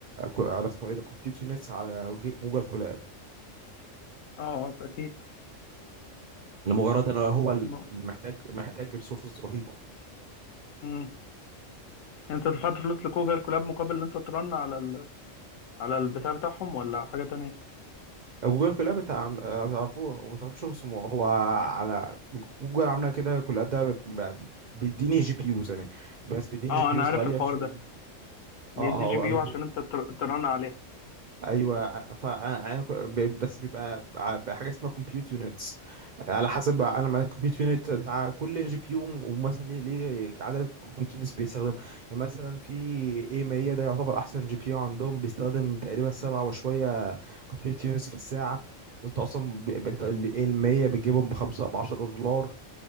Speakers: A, on the right; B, on the left.
A: على اسمه ايه ده كومبيوتر نتس على جي- جوجل كولاب
B: اه اه اكيد
A: لمجرد ان هو ال-
B: م-
A: محتاج محتاج ريسورسز رهيبه
B: م. انت دفعت فلوس لجوجل كولاب مقابل ان انت ترن على ال... على البتاع بتاعهم ولا حاجة تانية
A: جوجل كولاب انت عم- اه تعرفوه وما تعرفوش هو اسمه هو على جوجل عامله كده كولاب ده ب- ب- بيديني جي بي يوز يعني بس بيديني
B: اه
A: جي بي
B: انا
A: يوز
B: عارف
A: غاليه
B: الحوار
A: شو-
B: ده بيدي
A: اه اه
B: جي بي
A: هو
B: يو
A: بيدي-
B: عشان انت تر- ترن عليها
A: ايوه ف أنا- أنا- ب- بس بيبقى ع- بحاجه اسمها كومبيوت يونتس على حسب انا مع الكمبيوت يونت ده كل جي بي يو ومثلا ليه ليه عدد كمبيوت يونتس بيستخدم يعني مثلا في اي 100 ده يعتبر احسن جي بي يو عندهم بيستخدم تقريبا سبعة وشويه كمبيوت يونتس في الساعه وانت اصلا ب... ب- انت ال 100 بتجيبهم بخمسة ب 10 دولار